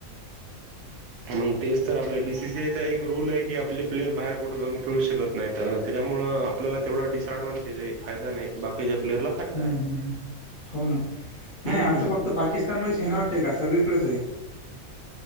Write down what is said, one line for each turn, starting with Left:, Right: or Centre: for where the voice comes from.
Right: मग तेच तर आपल्या बीसीसीआयचा एक रूल आहे की आपले प्लेयर बाहेर कुठे जाऊन खेळू शकत नाही त्या त्यामुळे आपल्याला तेवढा डिसअडव्हांटेज आहे फायदा नाही बाकीच्या प्लेअरला फायदा
Left: हम्म
Right: आहे
Left: हम् हम् हो ना नाही
Right: हम्म
Left: असं फक्त पाकिस्तान म सेना वाटतय का? सगळीकडेच आहे.